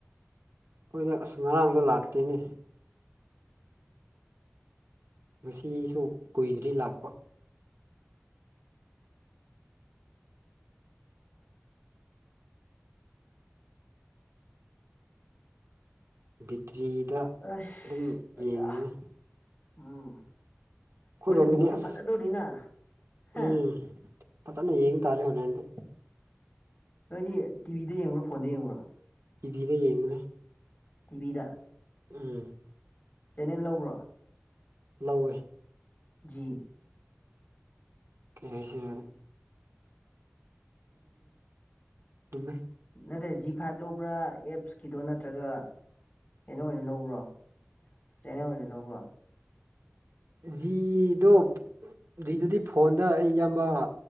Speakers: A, on the right (about 80°); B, on the left (about 35°).
A: ꯑꯩꯈꯣꯏꯗ ꯑꯁ ꯉꯔꯥꯡꯗ ꯂꯥꯛꯇ‌ꯦꯅꯦ ꯉꯁꯤꯁꯨ ꯀꯨꯏꯗ꯭ꯔꯤ ꯂꯥꯛꯄ ꯕꯦꯇ꯭ꯔꯤꯗ
B: ꯑꯁ
A: ꯑꯗꯨꯝ
B: ꯑꯌꯥ
A: ꯌꯦꯡꯉꯨꯅꯤ
B: ꯎꯝ
A: ꯑꯩꯈꯣꯏꯔꯣꯝꯗꯗꯤ
B: ꯍ‌ꯣꯔ‌ꯦꯟ ꯕ‌ꯣꯜꯗꯤ
A: ꯑꯁ
B: ꯐꯥꯖꯗꯧꯔꯤꯅꯥ ꯍꯥ
A: ꯎꯝ ꯐꯖꯅ ꯌꯦꯡ ꯇꯥꯔꯦ ꯍꯣꯔꯦꯟꯗꯤ
B: ꯅꯣꯏꯗꯤ ꯇꯤꯕꯤꯗ ꯌꯦꯡꯕ꯭ꯔꯣ ꯐꯣꯟꯗ ꯌꯦꯡꯕ꯭ꯔꯣ
A: ꯇꯤꯚꯤꯗ ꯌꯦꯡꯕꯦ
B: ꯇꯤꯚꯤꯗ
A: ꯎꯝ
B: ꯆꯦꯅꯦꯜ ꯂꯧꯕ꯭ꯔꯣ
A: ꯂꯧꯋꯦ
B: ꯖꯤ
A: ꯀꯦꯁꯤꯔ ꯎꯝꯃꯦ
B: ꯅꯠꯇꯦ ꯖꯤ ꯐꯥꯏꯚ ꯂꯧꯕ꯭ꯔꯥ ꯑꯦꯞꯁꯀꯤꯗꯣ ꯅꯠꯇ꯭ꯔꯒ ꯀꯩꯅꯣ ꯑꯣꯏꯅ ꯂꯧꯕ꯭ꯔꯣ ꯆꯅꯔ ꯑꯣꯏꯅ ꯂꯧꯕ꯭ꯔꯣ
A: ꯖꯤꯗꯣ ꯖꯤꯗꯨꯗꯤ ꯐꯣꯟꯗ ꯑꯩ ꯏꯌꯥꯝꯕ